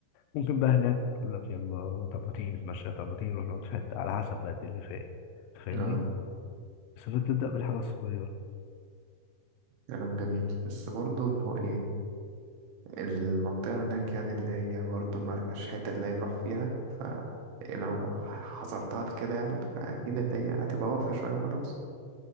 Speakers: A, on the left; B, on the right.
A: ممكن بقى هناك يقول لك يلا طب ما تيجي نتمشى طب ما تيجي نروح نقعد في حتة على حسب بقى الدنيا فيها إيه أنت فاهمني
B: اه
A: بس أنت بتبدأ بالحاجة الصغيرة
B: كلام جميل بس برضه اللي هو ايه المنطقة هناك يعني اللي هي برضه ما فيهاش حتة اللي هي نروح فيها ف أنا لو حصرتها كده يعني فأكيد اللي هي هتبقى واقفة شوية وخلاص